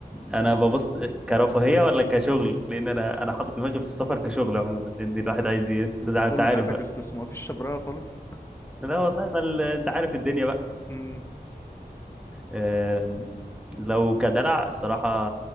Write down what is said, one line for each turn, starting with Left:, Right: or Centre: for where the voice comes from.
Centre: انا ببص كرفاهيه ولا كشغل لان انا انا حاطط دماغي في السفر كشغل عموما لان الواحد عايز ي-
Left: انت
Centre: انت
Left: كل
Centre: عارف
Left: حياتك
Centre: بقى
Left: استثمار مفيش شبراوه خالص
Centre: لا والله ما ال... انت عارف الدنيا
Left: <laughs> امم
Centre: آم، لو كدلع الصراحة